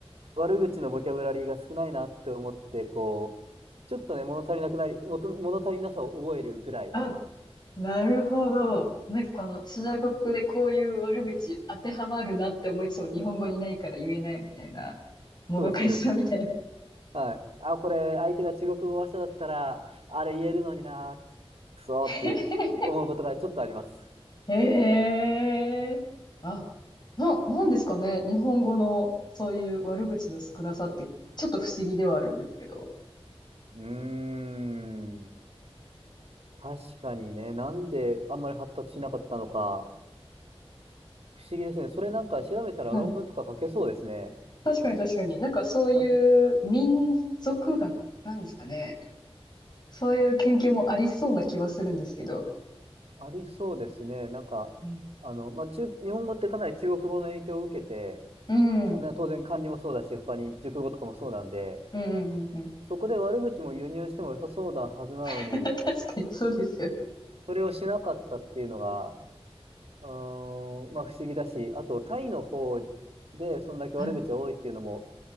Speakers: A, on the right; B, on the left.
A: 悪口のボキャブラリーが少ないなって思って、こう、ちょっとね、物足りなくなり、もと物足りなさを覚えるぐらい。
B: あ、なるほど。なんかこの中国語でこういう悪口当てはまるなって思いつつも日本語にないから言えないみたいな、もどかしさみたいな。
A: そうです、そうです。はい。あ、これ、相手が中国語話者だったら、あれ言えるのにな、くそーって思うことがちょっとあります。
B: <laughs> ええあ、な、なんですかね。日本語のそういう悪口の少なさって、ちょっと不思議ではあるんですけど。
A: うーん。確かにね、なんであんまり発達しなかったのか、不思議ですね。それなんか調べたら論文とか書けそうですね。
B: うん。確かに確かに。なんかそういう民族学なんですかね。
A: な
B: そういう研究もありそうな気はするんですけど。
A: ありそうですね。なんか、
B: うん。
A: あの、まあ、中、日本語ってかなり中国語の影響を受けて、
B: うん。
A: あのね当然漢字もそうだし、
B: うん
A: 他に熟語とかもそうなんで、
B: うんうんうん。
A: そこで悪口も輸入しても良さそうなはずなのに、
B: <laughs> 確かにそうですよ。
A: それをしなかったっていうのが、うーん、まあ不思議だし、あとタイの方でそんだけ悪口が多いっていうのも、
B: はい。